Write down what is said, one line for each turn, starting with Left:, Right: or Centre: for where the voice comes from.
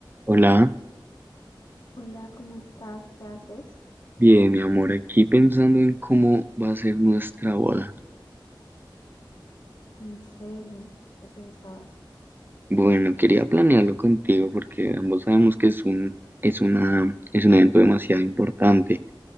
Right: Hola,
Left: Hola, ¿cómo estás? ¿Qué haces?
Right: bien, mi amor, aquí pensando en cómo va a ser nuestra boda.
Left: ¿En serio? ¿Qué pensabas?
Right: Bueno, quería planearlo contigo porque ambos sabemos que es un, es una, es un evento demasiado importante.